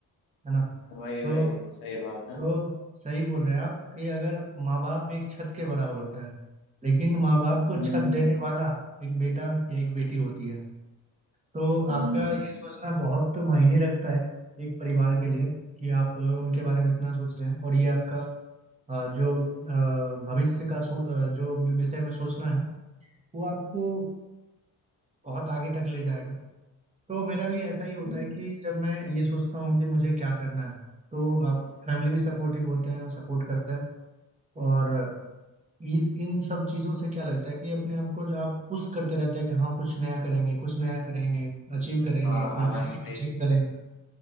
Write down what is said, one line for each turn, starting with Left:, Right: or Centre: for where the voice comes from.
Right: है ना
Left: वही
Right: तो
Left: वही सही बात है
Right: तो सही बोल रहे हैं आप कि अगर माँ बाप एक छत के बराबर होता है लेकिन माँ बाप को
Left: हम्म
Right: छत देने
Left: हम्म
Right: वाला एक बेटा या एक बेटी होती है तो
Left: हम्म,
Right: आपका ये
Left: हम्म,
Right: सोचना बहुत मायने रखता है एक परिवार के लिए कि आप अ, उनके बारे में इतना सोच रहे हैं और ये आपका अ, जो अ, भविष्य का सो, अ, जो वि- विषय में सोचना है वो आपको बहुत आगे तक ले जाएगा तो मेरा भी ऐसा ही होता
Left: हम्म,
Right: है कि जब मैं ये सोचता हूँ कि मुझे क्या करना है तो आप फैमिली भी सपोर्टिव होते हैं और सपोर्ट करते हैं और ये इन सब चीजों से क्या लगता है कि अपने आप को जो आप पुश करते रहते हैं कि हाँ कुछ नया करेंगे कुछ नया करेंगे अचीव करेंगे
Left: हाँ
Right: अपना
Left: हाँ
Right: टारगेट
Left: वही
Right: अचीव करेंगे